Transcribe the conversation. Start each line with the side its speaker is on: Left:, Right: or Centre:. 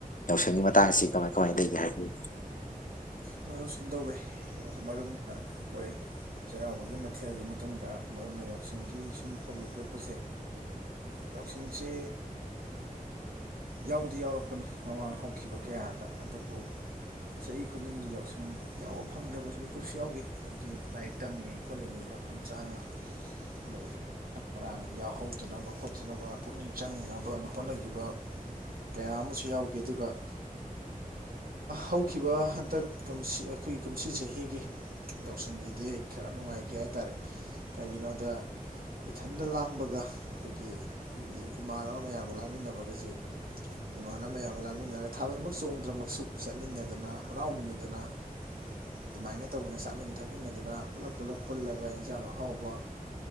Left: ꯌꯥꯎꯁꯪꯒꯤ ꯃꯇꯥꯡꯁꯤ ꯀꯃꯥꯏ ꯀꯃꯥꯏꯅ ꯂꯩꯒꯦ ꯍꯥꯏꯕꯤ
Right: ꯃꯔꯨꯞ ꯁꯨꯝ ꯇꯧꯋꯦ ꯃꯔꯨꯞꯅ ꯑꯩꯈꯣꯏ ꯆꯩꯔꯥꯎꯕꯒꯤ ꯃꯊꯦꯜꯒꯤ ꯃꯇꯨꯡꯗ ꯃꯔꯨꯞꯅ ꯌꯥꯎꯁꯪꯒꯤ ꯁꯨꯝ ꯐꯧꯗꯣꯛꯄꯤꯔꯛꯄꯁꯦ ꯌꯥꯎꯁꯪꯁ ꯌꯥꯎꯗꯤ ꯌꯥꯎꯔꯛꯄꯅꯤ ꯃꯃꯥꯡ ꯍꯧꯈꯤꯕ ꯀꯌꯥꯗ ꯑꯗꯨꯕꯨ ꯆꯍꯤ ꯈꯨꯗꯤꯡꯒꯤ ꯌꯥꯎꯁꯪ ꯌꯥꯎꯕ ꯐꯪꯗꯕꯁꯨ ꯃꯤꯀꯨꯞꯁꯨ ꯌꯥꯎꯈꯤ ꯑꯩꯈꯣꯏꯒꯤ ꯂꯥꯏꯔꯤꯛ ꯇꯝꯂꯤꯉꯩ ꯈꯣꯠꯂꯤꯉꯩ ꯃꯐꯝ ꯆꯥꯅ ꯃꯗꯨꯗ ꯃꯔ ꯃꯔꯥꯡ ꯌꯥꯎꯍꯧꯗꯅꯕ ꯈꯣꯠꯇꯅꯕ ꯄꯨꯛꯅꯤꯡ ꯆꯪꯅꯕ ꯍꯣꯠꯅꯈꯤꯕ ꯀꯌꯥ ꯑꯃꯁꯨ ꯌꯥꯎꯈꯤ ꯑꯗꯨꯒ ꯍꯧꯈꯤꯕ ꯍꯟꯗꯛ ꯀꯨꯝꯁꯤ ꯑꯩꯈꯣꯏꯒꯤ ꯀꯨꯝꯁꯤ ꯆꯍꯤꯒꯤ ꯌꯥꯎꯁꯪꯒꯤꯗꯤ ꯈꯔ ꯅꯨꯡꯉꯥꯏꯈꯤ ꯍꯥꯏꯇꯥꯔꯦ ꯀꯔꯤꯒꯤꯅꯣꯗ ꯏꯊꯟꯗ ꯂꯥꯡꯕꯒ ꯑꯩꯈꯣꯏꯒꯤ ꯑꯩꯈꯣꯏꯒꯤ ꯏꯃꯥꯟꯅꯕ ꯃꯌꯥꯝꯒ ꯂꯥꯡꯃꯤꯟꯅꯕꯒꯁꯤ ꯏꯃꯥꯟꯅꯕ ꯃꯌꯥꯝꯒ ꯂꯥꯡꯃꯤꯟꯅꯔꯒ ꯊꯥꯕꯜꯃꯛ ꯆꯣꯡꯗ꯭ꯔꯃꯛꯁꯨ ꯆꯠꯃꯤꯟꯅꯗꯅ ꯍꯔꯥꯎꯃꯤꯟꯅꯗꯅ ꯑꯗꯨꯃꯥꯏꯅ ꯇꯧꯃꯤꯟꯅ ꯆꯥꯃꯤꯟ ꯊꯛꯃꯤꯟꯅꯗꯅ ꯄꯨꯂꯞ ꯄꯨꯜꯂꯞ ꯄꯨꯜꯂꯒ ꯏꯟꯖꯥꯡ ꯑꯍꯥꯎꯕ